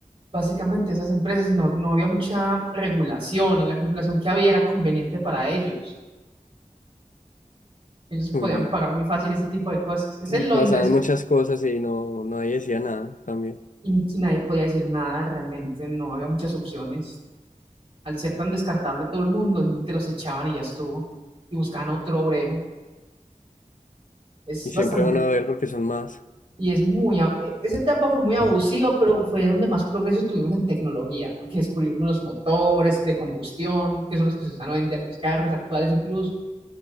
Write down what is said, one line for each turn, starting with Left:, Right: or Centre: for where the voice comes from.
Right: Básicamente esas empresas, y no, no había mucha regulación, y la regulación que había era conveniente para ellos. Ellos podían
Left: Uy, no.
Right: pagar muy fácil ese tipo de cosas. Es
Left: Y
Right: en
Left: pasaban
Right: Londres
Left: muchas cosas y no, nadie decía nada también.
Right: y y nadie podía decir nada realmente, no había muchas opciones. Al ser tan descartable todo el mundo, simplemente los echaban y ya estuvo. Y buscaban otro obrero. Es
Left: Y
Right: bastante
Left: siempre van a ver porque son más.
Right: y es muy, a- eh, esa etapa fue muy abusiva, pero fue donde más progreso tuvimos en tecnología, porque descubrimos los motores de combustión, que son los que se usan hoy en día en los carros actuales incluso.